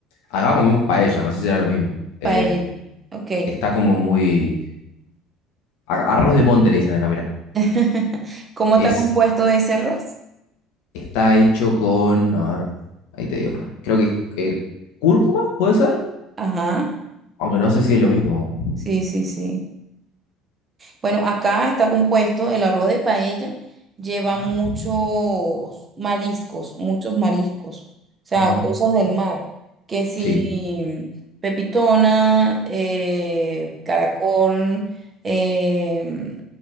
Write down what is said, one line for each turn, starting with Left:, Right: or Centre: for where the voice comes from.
Left: Acá comemos paella, no sé si era lo mismo. Eh,
Right: Paella, ok.
Left: está como muy... a- Arroz de monte le dicen acá, mirá.
Right: <laughs> ¿Cómo está
Left: Es,
Right: compuesto ese arroz?
Left: está hecho con... A ver, ahí te digo. Creo que eh, cúrcuma, ¿puede ser?
Right: Ajá.
Left: Aunque no sé si es lo mismo.
Right: Sí, sí, sí. Bueno, acá está compuesto el arroz de paella, lleva
Left: Ujú.
Right: muchos mariscos, muchos mariscos, o sea,
Left: Ajá,
Right: cosas del mar, que si
Left: sí,
Right: pepitona, eh, caracol, eh,